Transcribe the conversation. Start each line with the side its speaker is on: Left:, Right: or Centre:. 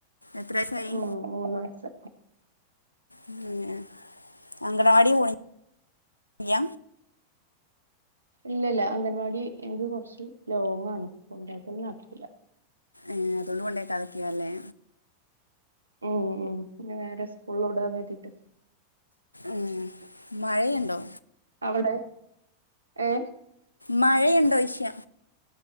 Left: എത്ര വയസായി
Right: ഉം മൂന്ന്‌ വയസ്സ്
Left: ഉം അംഗനവാടി പോണില്ല
Right: ഇല്ലല്ല അംഗൻവാടി എനിക്ക് കൊറച്ച് ലോങ്ങാണ് കൊണ്ടാക്കല് നടക്കൂല
Left: ഏഹ് അതൊണ്ട് കൊണ്ടാക്കാതെ ക്കെയ്ക്കാരല്ലേ
Right: ഉം ഉം ഇനി നേരെ സ്കൂൾൽ വിടാന്ന് കരുതീട്ട്
Left: ഉം മഴയുണ്ടോ
Right: അവിടെ ഏ
Left: മഴയുണ്ടോഷ്യ?